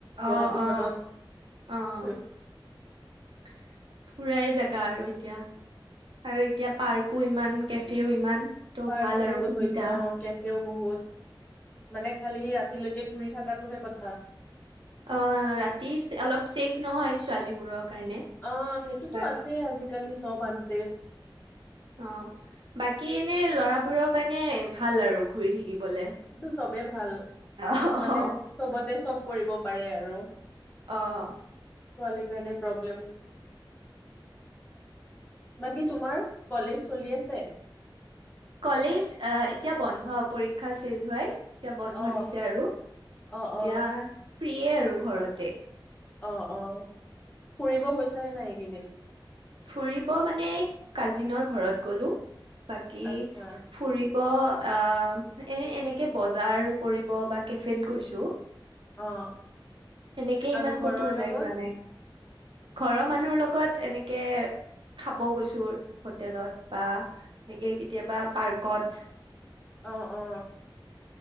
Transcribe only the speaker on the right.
অ', অ', অ'--ফুৰাই
জেগা আৰু এতিয়া আৰু এতিয়া পাৰ্কো ইমান, কেফেও ইমান ত'
ভাল আৰু
সুবিধা
অ' ৰাতি যে অলপো ছেফ নহয় ছোৱালীবোৰৰ। কাৰণে
বাকী
অ', বাকী এনে ল'ৰাবোৰক কাৰণে ভাল আৰু। ঘূৰি থাকিবলে।
অ',
অহ।
কলেজ অহ, এতিয়া বন্ধ পৰীক্ষা শেষ হোৱাই। এতিয়া বন্ধ
দিছে আৰু এতিয়া
ফ্ৰিয়ে আৰু ঘৰতে।
ফুৰিব মানে কাজিনৰ ঘৰত গ'লো বাকী
ফুৰি ব আ এনে, এনে বজাৰ কৰিব বা কেফেত গৈছো।
সেনেকে ইমান
ক'তো ওলাই
যোৱা নাই ঘৰৰ মানুহৰ লগত এনেক কে খাব গৈছো হোটেলত বা এনেকে কেতিয়াবা পাৰ্কত